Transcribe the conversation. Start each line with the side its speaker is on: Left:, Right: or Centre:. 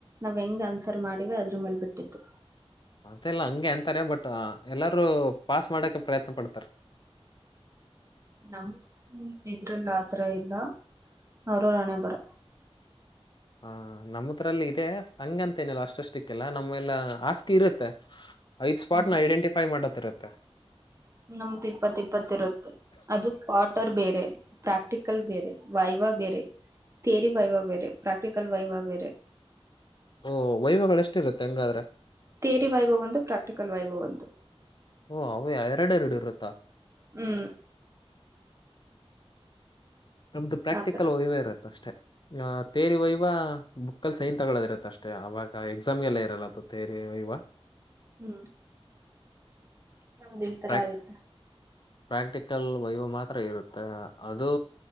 Right: ನಾವ್ ಹೆಂಗ್ ಆನ್ಸರ್ ಮಾಡಿವೆ ಅದ್ರ ಮೇಲ್ ಬಿಟ್ಟಿದ್ದು.
Left: ಅದೆಲ್ಲಾ ಹಂಗೆ ಅಂತಾರೆ ಬಟ್ ಎಲ್ಲಾರೂ ಪಾಸ್ ಮಾಡಕ ಪ್ರಯತ್ನ ಪಡ್ತಾರೆ. <inaudible>
Right: ನಮ್ ಇದ್ರಲ್ಲಿ ಆತರಾ ಇಲ್ಲಾ ಅವರವರ್ ಹಣೆ ಬರಹ.
Left: ಹಾ ನಮ್ಮತ್ರಲ್ಲಿ ಇದೆ ಹಂಗಂನತೇನಿಲ್ಲಾ ಅಸ್ಟ ಷ್ಟ್ರೀಕ್ ಇಲ್ಲ ನಮ್ಮೆಲ್ಲ ಆಸ್ಕಿ ಇರತ್ತೆ. ಐದ್ ಸ್ಪಾಟನ
Right: ಹ್ಮ್
Left: ಐಡೆಂಟಿಫೈ ಮಾಡತ ಇರತ್ತೆ.
Right: ನಮ್ದ ಇಪ್ಪತ್ ಇಪ್ಪತ್ ಇರುತ್ತ್ ಅದು ಸ್ಪಾಟ್ ರ್ ಬೇರೆ ಪ್ರಾಕ್ಟಿಕಲ್ ಬೇರೆ ವಾಯ್ವಾ ಬೇರೆ. ತೆರಿ ವೈವಾ ಬೇರೆ ಪ್ರಾಕ್ಟಿಕಲ್ ವೈವಾ ಬೇರೆ.
Left: ಓ ವೈವಗಳ ಎಷ್ಟ ಇರತ್ತೆ ಹಂಗಾದ್ರೇ.
Right: ತೆರಿ ವೈವಾ ಒಂದು ಪ್ರಾಕ್ಟಿಕಲ್ ವೈವಾ ಒಂದು.
Left: ಓ ಅವ್ ಎರಡೆರಡು ಇರುತ್ತಾ.
Right: ಹೂಂ
Left: ನಮ್ದು ಪ್ರಾಕ್ಟಿಕಲ್
Right: ಆತರ
Left: ವೈವಾ ಇರುತ್ತೆ ಅಷ್ಟೇ. ಅ ತೇರಿ ವೈವಾ ಬುಕ್ಕಲ್ಲಿ ಸೈನ್ ತಗೊಳ್ಳೋದಿರತ್ತೆ ಅಷ್ಟೇ ಅವಾಗ ಎಕ್ಸಾಮ್ ಗೆಲ್ಲ ಇರಲ್ಲಾ ಪ ತೇರಿ ವೈವಾ.
Right: ಹುಂ ನಮದ್ ಇತರಾ
Left: ಪ್ರಾಕ್
Right: ಐತೆ.
Left: ಪ್ರಾಕ್ಟಿಕಲ್ ವೈವಾ ಮಾತ್ರ ಇರುತ್ತೆ ಅದೂ